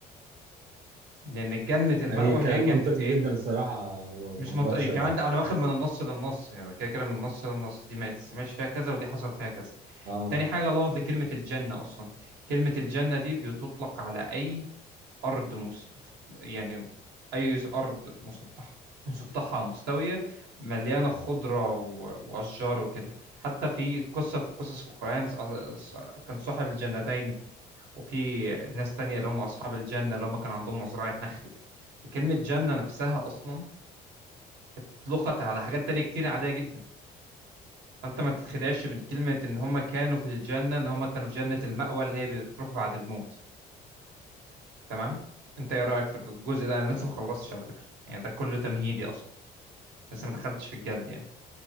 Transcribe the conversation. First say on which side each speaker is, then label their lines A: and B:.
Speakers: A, on the right (about 85°); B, on the right (about 60°).
A: لأن جنة المأوى
B: هي كلام
A: هي جنة
B: منطقي
A: إيه؟
B: جدا الصراحة وما
A: مش
B: اقدرش
A: منطقي كمان ده انا واخد من النص للنص هو كده كده من النص للنص دي ما تسمعش فيها كذا ودي حصل فيها كذا
B: اه
A: تاني حاجة لفظ كلمة الجنة أصلا كلمة الجنة دي بتطلق على أي أرض مس... يعني أي أرض مسطحة مسطحة مستوية مليانة خضرة و... وأشجار وكده حتى في قصة في قصص في القرآن ص- ص- كان صاحب الجنتين وفي ناس تانية اللي هم أصحاب الجنة اللي هم كان عندهم مزرعة نخل كلمة جنة نفسها أصلا اطلقت على حاجات تانية كتير عادية جدا فانت ما تتخدعش من كلمة ان هم كانوا في الجنة ان هم كانوا في جنة المأوى اللي هي بتروح بعد الموت تمام انت ايه رأيك في الجزء ده انا لسه ما خلصتش على فكرة يعني ده كله تمهيدي اصلا لسه ما دخلتش في الجد يعني